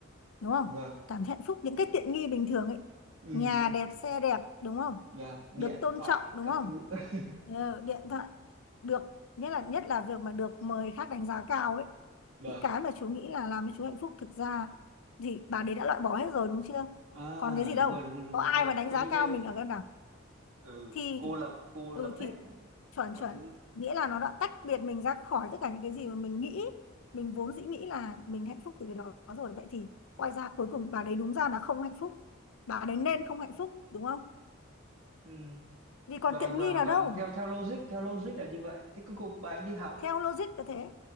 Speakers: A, on the left; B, on the right.
A: đúng không
B: Vâng,
A: cảm thấy hạnh phúc những cái tiện nghi bình thường ấy
B: ừ,
A: nhà đẹp xe đẹp đúng không
B: vâng, điện
A: được tôn
B: thoại
A: trọng đúng
B: các
A: không
B: thứ, <laughs>
A: Ờ, điện thoại được nhất là nhất là việc mà được mời khác đánh giá cao ấy
B: vâng,
A: những cái mà chú nghĩ là làm cho chú hạnh phúc thực ra thì bà đấy đã loại bỏ hết rồi đúng chưa
B: à
A: còn cái gì đâu
B: đúng rồi, đúng rồi, đúng,
A: có ai
B: đúng rồi,
A: mà đánh
B: coi
A: giá
B: như
A: cao
B: bây,
A: mình ở cái nào
B: ừ,
A: thì
B: cô lập, cô
A: ừ
B: lập
A: thì
B: hết
A: chuẩn
B: mọi
A: chuẩn
B: thứ,
A: nghĩa là nó đã tách biệt mình ra khỏi tất cả những cái gì mà mình nghĩ mình vốn dĩ nghĩ là mình hạnh phúc từ cái đó rồi vậy thì quay ra cuối cùng bà đấy đúng ra là không hạnh phúc bà đấy nên không hạnh phúc đúng không
B: ừ.
A: vì còn
B: Vâng,
A: tiện
B: vâng,
A: nghi nào
B: vâng,
A: đâu
B: theo theo logic, theo logic là như vậy. Thế cuối cùng bà ấy đi học
A: theo logic là thế